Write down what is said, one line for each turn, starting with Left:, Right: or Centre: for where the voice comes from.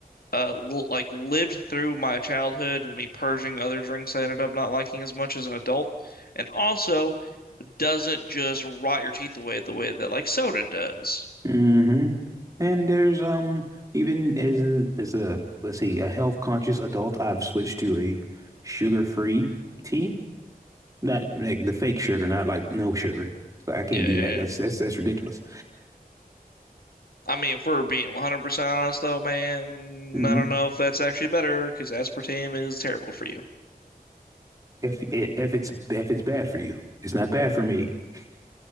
Left: uh l like lived through my childhood and me purging other drinks I ended up not liking as much as an adult, and also doesn't just rot your teeth away the way that like soda does.
Right: hmm And there's um even as a as a let's see a health conscious adult, I've switched to a sugar free tea. Not like the fake sugar, not like no sugar. So I can't
Left: Yeah,
Right: do
Left: yeah,
Right: that. That's
Left: yeah.
Right: that's that's ridiculous.
Left: I mean, if we're being 100% honest, though, man,
Right: hmm
Left: I don't know if that's actually better because aspartame is terrible for you.
Right: If if it's if it's bad for you, it's not bad for me. <laughs>